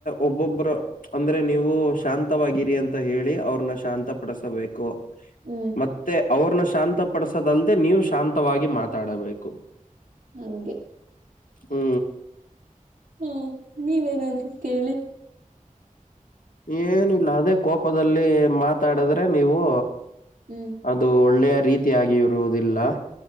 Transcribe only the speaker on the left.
ಒಬ್ಬೊಬ್ಬರು ಅಂದ್ರೆ ನೀವು ಶಾಂತವಾಗಿರಿ ಅಂತ ಹೇಳಿ ಅವ್ರನ್ನ ಶಾಂತ ಪಡಸಬೇಕು.
ಮತ್ತೆ ಅವ್ರನ್ನ ಶಾಂತ ಪಡಸದಲ್ದೆ ನೀವು ಶಾಂತವಾಗಿ ಮಾತಾಡಬೇಕು.
ಹ್ಮ
ಏನಿಲ್ಲ ಅದೇ ಕೋಪದಲ್ಲಿ ಮಾತಾಡಿದ್ರೆ ನೀವು
ಅದು ಒಳ್ಳೆಯ ರೀತಿಯಾಗಿ ಇರುವುದಿಲ್ಲ.